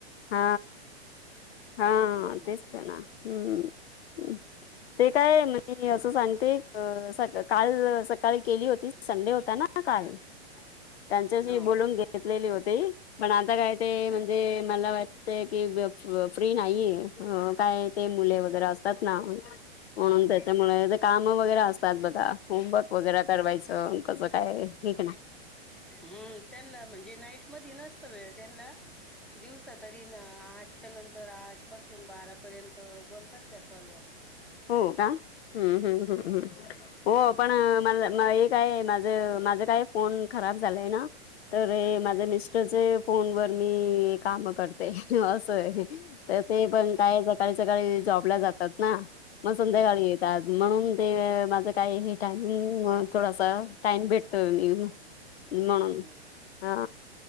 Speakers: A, on the left; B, in the centre.
A: हा, हा
B: हम्म
A: तेच तर ना, हम्म.
B: <unintelligible>
A: ते काय म मी अस सांगते अ, काल सकाळी केली होती, संडे होता ना काल.
B: <inaudible>
A: त्यांच्याशी
B: हो
A: बोलून घेतलेली होती, पण आता काय ते म्हणजे
B: अच्छा
A: मला वाटतय की फ्री नाहीये, काय ते मुले वगैरे असतात ना म्हणून
B: हा
A: त्याच्यामुळे,
B: हा
A: ते काम वगैरे असतात बघा होमवर्क वगैरे करवायचे तर कच काय हे क नाय.
B: हम्म, त्यांनला म्हणजे नाईट मधी नसत वेळ त्यांनला. दिवसा तरी ना अ आठच्या नंतर आठ पासून बारापर्यंत बोलतात त्या कॉलवर.
A: हो का, हम्म हम्म हम्म हम्म. हो पण अ मला मा एक काय माझं, माझं काय फोन खराब झालाय ना तर हे
B: अच्छा
A: माझ्या मिस्टरचे फोनवर मी काम करते अस आहे. तर ते पण काय क सकाळी-सकाळी जॉबला जातात ना, मग संध्याकाळी
B: हम्म
A: येतात. म्हणून ते मा काय हे टाइमिंग, थोडासा, टाइम भेटतोय मी. म्हणून
B: हम्म,
A: हा